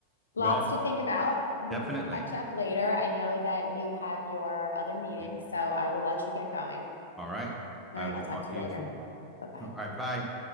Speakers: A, on the left; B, in the centre.
A: lots
B: Well,
A: to think about. We
B: definitely.
A: can catch up later. I know that you have your other meeting,
B: Yep.
A: so I will let you get going.
B: All right.
A: All
B: I
A: right,
B: will
A: I'll
B: talk
A: talk to
B: to
A: you
B: you
A: later.
B: soon. <laughs>
A: Bye bye.
B: All right. Bye.